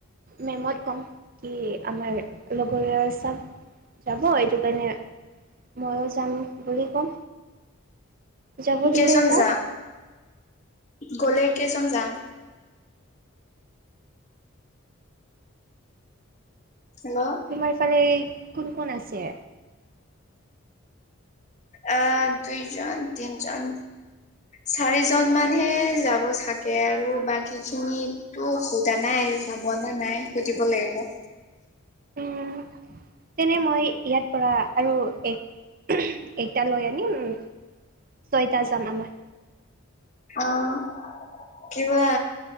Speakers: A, on the right (about 40°); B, on the left (about 35°).
A: মেমত কম কি আমাৰ লগৰ চব যাব, এইটো কাৰণে ময়ো যাম বুলি ক'ম। যাব
B: কেইজন
A: দিলে যাওক
B: যাম? গ'লে কেইজন যাম? হেল্ল'
A: তোমাৰফালে কোন কোন আছে?
B: আ দুইজন তিনজন চাৰিজন মানহে যাব চাগে আৰু বাকীখিনি সেইটো সোদা নাই, যাব নে নাই সুদিব লাগিব।
A: উম, তেনে মই ইয়াৰ পৰা আৰু এক <unintelligible> লৈ উম ছয়টা যাম আমাৰ।
B: অ', কিবা